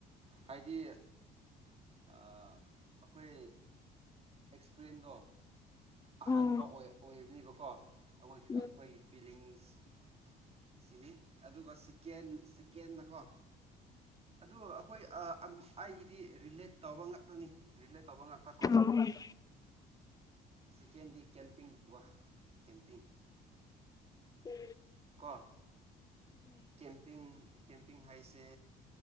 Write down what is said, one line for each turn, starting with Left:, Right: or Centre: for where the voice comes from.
Right: ꯍꯥꯏꯗꯤ ꯑ ꯑꯈꯣꯏ ꯑꯦꯛꯁꯄ꯭ꯔꯦꯟꯗꯣ ꯑꯍꯥꯟꯕ
Left: ꯎꯝ
Right: ꯑꯣꯏ ꯑꯣꯏꯕꯅꯤꯕꯀꯣ ꯑꯈꯣꯏ
Left: ꯑꯁ
Right: ꯑꯈꯣꯏꯒꯤ ꯐꯤꯂꯤꯡꯁ ꯑꯁꯤꯅꯤ ꯑꯗꯨꯒ ꯁꯤꯀꯦꯟ ꯁꯤꯀꯦꯟꯅꯀꯣ ꯑꯗꯨ ꯑꯈꯣꯏ ꯑꯥ ꯑꯪ ꯑꯩꯒꯤꯗꯤ ꯔꯤꯂꯦꯠ ꯇꯧꯕ ꯉꯥꯛꯇꯅꯤ ꯔꯤꯂꯦꯠ ꯇꯧꯕ ꯉꯥꯛꯇꯀꯣ
Left: ꯍꯣꯏ
Right: ꯁꯤꯀꯦꯟꯗꯤ ꯀꯦꯝꯄꯤꯡ ꯇꯧꯕ ꯀꯦꯝꯄꯤꯡ
Left: ꯎꯝ
Right: ꯑ ꯀꯦꯝꯄꯤꯡ ꯀꯦꯝꯄꯤꯡ ꯍꯥꯏꯁꯦ